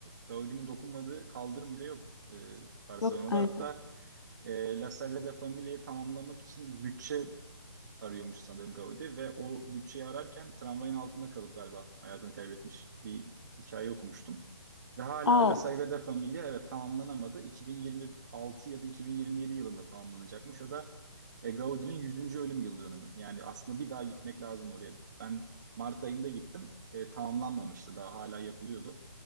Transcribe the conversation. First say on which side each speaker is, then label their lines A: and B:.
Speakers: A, on the right; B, on the left.
A: Gaudi'nin dokunmadığı kaldırım bile yok e, Barcelona'da.
B: Yok, aynen.
A: Hatta e, La Sagrada Familia'yı tamamlamak için bütçe arıyormuş sanırım Gaudi ve o bütçeyi ararken tramvayın altında kalıp galiba hayatını kaybetmiş. Bir hikaye okumuştum. Ve hala
B: Aa,
A: La Sagrada Familia evet tamamlanamadı. 2026 ya da 2027 yılında tamamlanacakmış. O da e, Gaudi'nin 100. ölüm yıl dönümü. Yani aslında bir daha gitmek lazım oraya. Ben Mart ayında gittim. E, tamamlanmamıştı. Daha hala yapılıyordu.